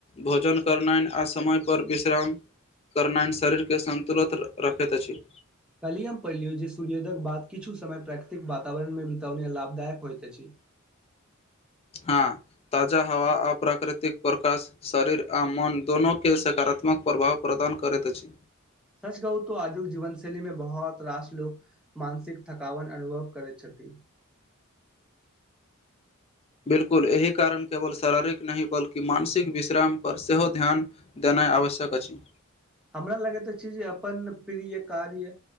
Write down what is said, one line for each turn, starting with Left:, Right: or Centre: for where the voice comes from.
Left: भोजन करनाइन आ समय पर विश्राम करनाइ शरीरके संन्तुलित रखैत अछि
Centre: कलियम पहिलियू जे सूर्योदयक बाद किछु समय प्राकृतिक वातावरण मे बितौने लाभदायक होइत अछि
Left: <inaudible> हँ ताजा हवा आ प्राकृतिक प्रकाश शरीर आ मन दोनो के शकार सकारात्मक प्रभाव प्रदान करैत अछि
Centre: सच कहू तो आजुक जीवन शैली मे बहुत रास लोक मानसिक थकावन अनुभव करैत छथि ती
Left: बिलकुल एहि कारण केवल शारीरिक नहि बल्कि मानसिक विश्राम पर सेहो ध्यान देना आवश्यक अछि
Centre: हमरा लगैत अछि जे अपन प्रिय कार्य